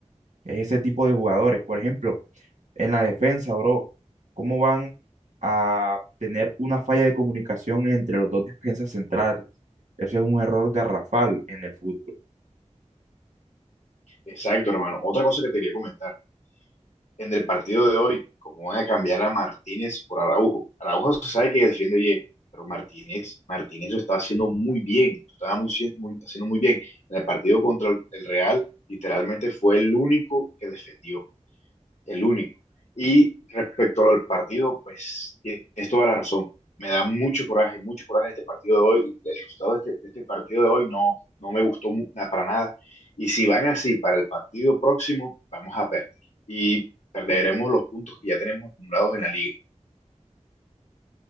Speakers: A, on the right (about 85°); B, on the left (about 70°).
A: es ese tipo de jugadores. Por ejemplo, en la defensa, bro, ¿cómo van a tener una falla de comunicación entre los dos defensas centrales? Eso es un error garrafal en el fútbol.
B: Exacto, hermano. Otra cosa que te quería comentar, en el partido de hoy, cómo van a cambiar a Martínez por Araujo. Araujo se sabe que defiende bien, pero Martínez, Martínez lo estaba haciendo muy bien, lo estaba muy, muy, haciendo muy bien. En el partido contra el Real, literalmente fue el único que defendió el único. Y respecto al partido, pues es toda la razón. Me da mucho coraje, mucho coraje este partido de hoy. El resultado de este, de este partido de hoy no, no me gustó mu- na- para nada. Y si van así para el partido próximo, vamos a perder. Y perderemos los puntos que ya tenemos acumulados en la liga.